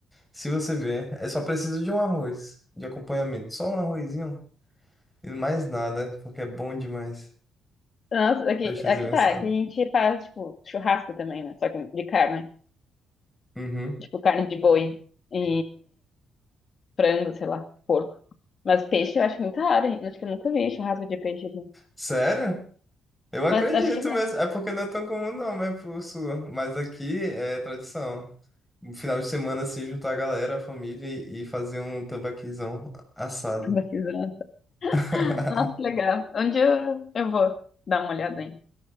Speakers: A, in the centre; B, on the left.
A: Se você ver, é só precisa de um arroz de acompanhamento. Só um arrozinho e mais nada, porque é bom demais.
B: Nossa, aqui,
A: Peixezinho
B: aqui
A: assado.
B: tá. Aqui a gente faz, tipo, churrasco também, né? Só que de carne.
A: Uhum.
B: Tipo, carne de boi. E frango, sei lá, porco. Mas peixe eu acho muito raro, hein? Acho que eu nunca vi churrasco de peixe aqui.
A: Sério? Eu acredito
B: Mas acho que não.
A: mesmo.
B: <laughs>
A: É porque não é tão comum não, né, pro sul. Mas aqui é tradição. No final de semana, assim, juntar a galera, a família e e fazer um tambaquizão assado.
B: Tô risada.
A: <laughs>
B: Nossa, que legal. Onde eu, eu vou dar uma olhada, hein?